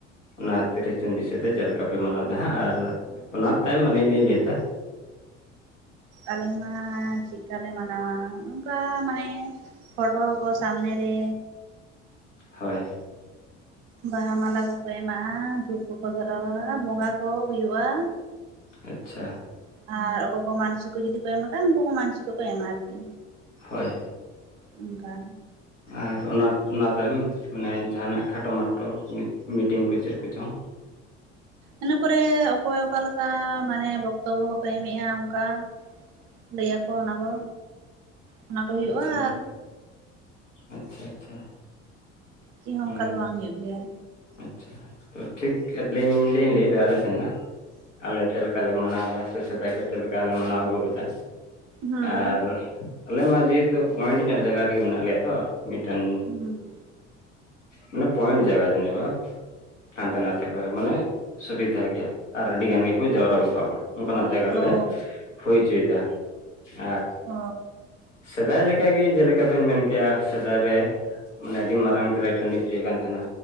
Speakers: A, on the left; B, on the right.
A: ᱚᱱᱟ ᱛᱤᱨᱤᱥ ᱡᱩᱱ ᱵᱤᱥᱚᱭ ᱫᱚ ᱪᱮᱫ ᱞᱮᱠᱟ ᱯᱮ ᱢᱟᱱᱟᱣ ᱫᱟ ᱦᱟᱸᱜ ᱟᱨ ᱚᱱᱟ ᱛᱟᱭᱚᱢ ᱟᱹᱞᱤᱧ ᱞᱤᱧ ᱞᱟᱹᱭᱫᱟ᱾
B: ᱟᱞᱮᱢᱟᱻ ᱪᱮᱜᱠᱟ ᱞᱮ ᱢᱟᱱᱟᱣᱟ, ᱚᱝᱠᱟ ᱢᱟᱱᱮ ᱯᱷᱚᱴᱳ ᱠᱚ ᱥᱟᱢᱱᱮ ᱨᱮ
A: ᱦᱳᱭ᱾
B: ᱵᱟᱦᱟ ᱢᱟᱞᱟ ᱠᱚᱠᱚ ᱮᱢᱟᱜᱼᱟ, ᱫᱷᱩᱯ ᱠᱚᱠᱚ ᱫᱷᱚᱨᱟᱣᱟᱻ ᱵᱚᱸᱜᱟ ᱠᱚ ᱦᱩᱭᱩᱜᱼᱟ᱾
A: ᱟᱪᱪᱷᱟ
B: ᱟᱨ ᱚᱠᱚᱭ ᱠᱚ ᱢᱟᱱᱥᱤᱠ ᱠᱚ ᱡᱩᱫᱤ ᱠᱚ ᱮᱢ ᱟᱠᱟᱟᱱ ᱩᱱᱠᱩ ᱠᱚ ᱢᱟᱱᱥᱤᱠ ᱠᱚ ᱠᱚ ᱮᱢᱟ ᱟᱨᱠᱤ᱾
A: ᱦᱳᱭ᱾
B: ᱚᱝᱠᱟ᱾
A: ᱟᱨ ᱚᱱᱟ ᱚᱱᱟ ᱛᱟᱭᱚᱢ ᱢᱟᱱᱮ ᱡᱟᱸᱦᱟᱱᱟᱜ ᱠᱷᱟᱴᱚ ᱢᱟᱴᱚ ᱢᱤᱴᱤᱝ ᱠᱚ ᱪᱮᱫ ᱠᱚᱪᱚᱝ
B: ᱤᱱᱟᱹ ᱯᱚᱨᱮᱻ ᱚᱠᱚᱭ ᱚᱠᱟᱞᱮᱠᱟᱻ ᱢᱟᱱᱮ ᱵᱚᱠᱛᱚᱵᱵᱚ ᱠᱚᱠᱚ ᱮᱢᱮᱜᱼᱟ ᱚᱝᱠᱟ᱾ ᱞᱟᱹᱭᱟᱠᱚ ᱚᱱᱟ ᱠᱚ, ᱚᱱᱟ ᱠᱚ ᱦᱩᱭᱩᱜᱼᱟ
A: ᱟᱪᱪᱷᱟ
B: ᱟᱨ
A: ᱟᱪᱪᱷᱟ, ᱟᱪᱪᱷᱟ᱾
B: ᱪᱮ ᱦᱚᱸ
A: ᱦᱩᱸ
B: ᱚᱝᱠᱟ ᱫᱚ ᱵᱟᱝ ᱦᱩᱭᱩᱜ ᱜᱮᱭᱟ᱾
A: ᱟᱪᱪᱷᱟ, ᱛᱚ ᱴᱷᱤᱠ ᱟᱹᱞᱤᱧ ᱞᱤᱧ ᱞᱟᱹᱭᱮᱫᱟ ᱟᱞᱮ ᱥᱮᱱ ᱱᱟᱦᱟᱜ, ᱟᱞᱮ ᱪᱮᱫ ᱞᱮᱠᱟᱞᱮ ᱢᱟᱱᱟᱣᱫᱟ᱾ ᱥᱮ ᱥᱮᱫᱟᱭ ᱠᱷᱚᱡ ᱪᱮᱫ ᱞᱮᱠᱟ ᱞᱮ ᱢᱟᱱᱟᱣ ᱟᱹᱜᱩ ᱟᱠᱟᱫᱟ᱾
B: ᱦᱩᱸ
A: ᱟᱨ ᱟᱞᱮ ᱢᱟ ᱡᱮᱦᱮᱛᱩ ᱯᱚᱭᱮᱱᱴ ᱧᱚᱜ ᱡᱟᱭᱜᱟ ᱨᱮᱜᱮ ᱢᱮᱱᱟᱜ ᱞᱮᱭᱟ ᱛᱚ᱾ ᱢᱤᱴᱟᱱ
B: ᱦᱩᱸ᱾
A: ᱢᱟᱱᱮ ᱯᱚᱭᱮᱱᱴ ᱡᱟᱭᱜᱟ ᱡᱮᱱᱚ ᱵᱟ, ᱦᱟᱱᱛᱮ ᱱᱟᱛᱮ ᱠᱷᱚᱡ ᱢᱟᱱᱮ ᱥᱩᱵᱤᱫᱷᱟ ᱜᱮᱭᱟ ᱟᱨ ᱟᱹᱰᱤ ᱜᱟᱱ ᱜᱮᱠᱚ ᱡᱟᱣᱨᱟ ᱜᱚᱫᱚᱜᱼᱟ ᱦᱚᱲ ᱚᱱᱠᱟᱱᱟᱜ ᱡᱟᱭᱜᱟ ᱨᱮᱞᱮ
B: ᱚ
A: ᱦᱩᱭ ᱪᱚᱭᱫᱟ, ᱟᱨ
B: ᱚ
A: ᱥᱮᱫᱟᱭ ᱞᱮᱠᱟᱜᱮ ᱡᱮᱞᱮᱠᱟ ᱵᱮᱱ ᱢᱮᱱ ᱠᱮᱭᱟ ᱥᱮᱫᱟᱭ ᱨᱮ ᱢᱟᱱᱮ ᱟᱹᱰᱤ ᱢᱟᱨᱟᱝ ᱛᱮᱞᱮ ᱴᱟᱺᱰᱤ ᱚᱪᱚᱭᱮᱫ ᱠᱟᱱ ᱛᱟᱦᱮᱱᱟ